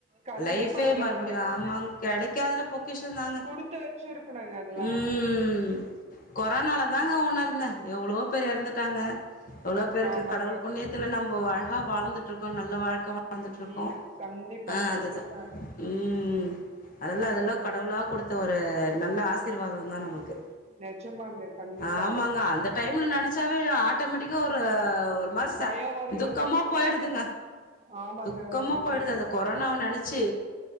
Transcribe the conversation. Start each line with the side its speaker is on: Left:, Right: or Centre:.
Right: கண்டிப்பா
Left: லைஃபே
Right: அதெல்லா
Left: மறுபடியும்
Right: கெடை
Left: ஆமாங்க கெடைக்கதுல பொக்கேஷன் தாங்க
Right: குடுத்து வச்சிருக்கணுங்க அதெல்லா
Left: ம் கொரோனால தாங்க உன்னு இருந்தேன் எவ்வளோ பேர் இறந்துட்டாங்க எவ்ளோ ருக்கு
Right: ஆமாங்க
Left: கடவுள் புண்ணியத்தில் நம்ம அழகாக வாழ்ந்துட்டு இருக்கோம் நல்ல வாழ்க்க வாழ்ந்துட்டு
Right: பண்ண
Left: இருக்கோம்
Right: ம் கண்டிப்பா
Left: ஆஹ்
Right: கண்டிப்பா
Left: அதுதான் ம் அதெல்லாம்
Right: ம்
Left: அதெல்லாம்
Right: ம்
Left: கடவுளா கொடுத்த ஒரு நல்ல ஆசீர்வாதம் தான் நமக்கு
Right: நெஜமாங்க கண்டிப்பா
Left: ஆமாங்க அந்த டைம்ல நினைச்சாவே ஆட்டோமேட்டிக்கா ஒரு ஒரு மாரி
Right: பயோ வருதுங்க
Left: துக்கமா போயிடுங்க
Right: பய ஆமாங்க
Left: துக்கமா
Right: எங்கே
Left: போயிடுதுங்க கொரோனாவ நெனைச்சு